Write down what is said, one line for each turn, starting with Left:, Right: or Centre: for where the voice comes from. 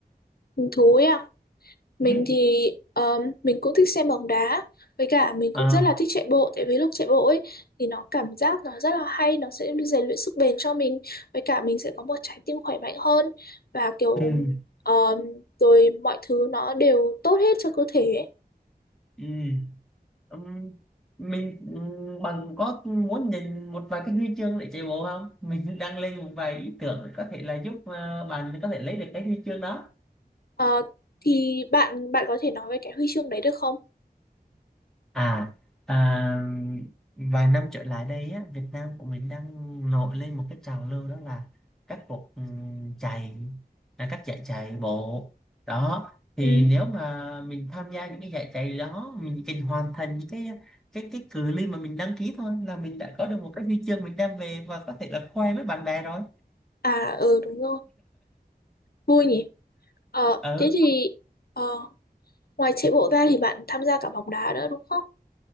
Left: hứng thú ấy à Mình
Centre: ừ.
Left: thì um, mình cũng thích xem bóng đá với cả mình cũng
Centre: À,
Left: rất là thích chạy bộ tại vì lúc chạy bộ ấy thì nó cảm giác nó rất là hay nó sẽ rèn luyện sức bền cho mình với cả mình sẽ có một trái tim khỏe mạnh hơn và kiểu
Centre: ừ.
Left: um, rồi mọi thứ nó đều tốt hết cho cơ thể ấy.
Centre: Ừ. ừm, Mình ừm, bằng có muốn nhìn một vài cái huy chương để chạy bộ không? Mình đang lên một vài ý tưởng có thể là giúp ờ, bạn có thể lấy được cái huy chương đó.
Left: Ờ, thì bạn bạn có thể nói về cái huy chương đấy được không?
Centre: À, à vài năm trở lại đây á, Việt Nam của mình đang nổi lên một cái trào lưu đó là các cuộc ừm, chạy là các giải chạy bộ đó thì
Left: Ừ.
Centre: nếu mà mình tham gia những cái giải chạy đó mình chỉ cần hoàn thành những cái cái cái cự ly mà mình đăng ký thôi là mình đã có được một cái huy chương mình đem về và có thể là khoe với bạn bè rồi
Left: À ừ đúng rồi vui nhỉ Ờ,
Centre: <laughs> ừ
Left: thế thì ờ, ngoài chạy bộ ra thì bạn tham gia cả bóng đá nữa đúng không?